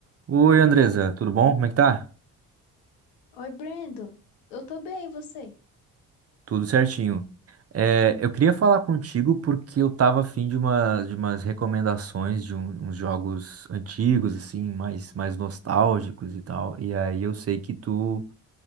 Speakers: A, on the right; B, on the left.
A: Oi, Andresa, tudo bom? Como é que tá?
B: Oi, Brandon. Eu tô bem, e você?
A: Tudo certinho. É, eu queria falar contigo porque eu tava afim de uma, de umas recomendações de um- uns jogos antigos, assim, mais, mais nostálgicos e tal. E aí eu sei que tu,